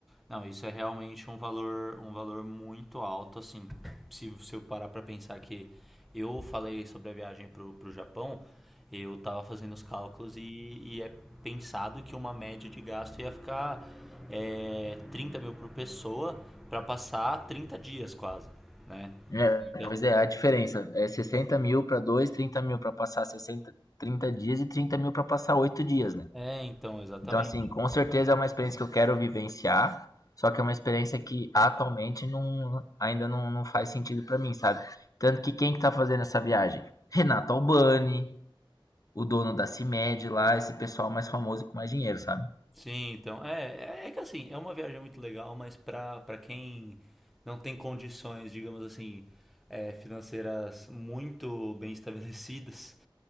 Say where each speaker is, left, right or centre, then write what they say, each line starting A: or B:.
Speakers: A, in the centre; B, on the left (about 40°).
A: Não, isso é realmente um valor, um valor muito alto, assim, se você parar para pensar que eu falei sobre a viagem pro, pro Japão, eu tava fazendo os cálculos e, e é pensado que uma média de gasto ia ficar é, 30 mil por pessoa para passar 30 dias quase, né?
B: É,
A: Então,
B: pois é, a diferença é sessenta mil pra dois, trinta mil pra passar 60, 30 dias e trinta mil pra passar oito dias, né?
A: é, então, exatamente.
B: Então, assim, com certeza é uma experiência que eu quero vivenciar, só que é uma experiência que atualmente não, ainda não, não faz sentido pra mim, sabe? Tanto que quem que tá fazendo essa viagem? Renato Albani, o dono da CIMED lá, esse pessoal mais famoso e com mais dinheiro, sabe?
A: Sim, então. É, é, é que assim, é uma viagem muito legal, mas pra, pra quem não tem condições, digamos assim, é, financeiras muito bem estabelecidas,